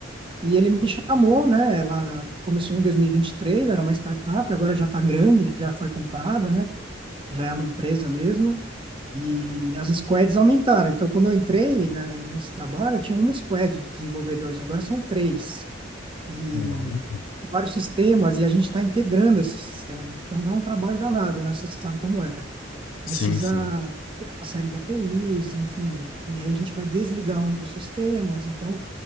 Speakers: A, on the right; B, on the left.
A: e ele me chamou, né? Ela começou em dois mil e e vinte e três era uma startup, agora já está grande, já foi comprada, né? Já é uma empresa mesmo, e as squads aumentaram. Então, quando eu entrei, né, nesse trabalho, tinha uma squad de desenvolvedores, agora são três. E
B: Uhum.
A: vários sistemas, e a gente está integrando esse sistema. Então, dá um trabalho danado, né? Você sabe como é
B: Sim,
A: precisa
B: sim.
A: ter uma série de APIs, enfim, e aí a gente vai desligar um dos sistemas. Então,